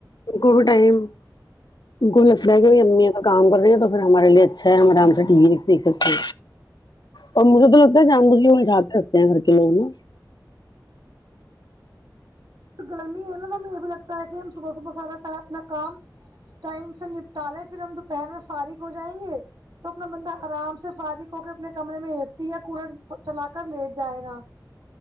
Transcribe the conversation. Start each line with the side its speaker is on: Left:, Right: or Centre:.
Left: ان کو ٹائم ان کو بھی لگتا ہے کہ امی اب کام کر رہی ہیں تو پھر ہمارے لیے اچھا ہے ہم آرام سے ٹی وی د یکھ سکتے اور مجھے تو لگتا ہے جان بوجھ کے وہ جھانک سکتے ہیں گھر کے لوگ نا
Right: تو گرمی ہے نا تو ہمیں یہ بھی لگتا ہے کہ ہم صبح صبح سارا کام اپنا کام ٹائم سے نپٹالیں پھر ہم دوپہر میں فارغ ہو جائیں گے تو بندہ آرام سے فارغ ہو کے اپنے کمرے میں اے سی یا کولر چلا کر لیٹ جائے گا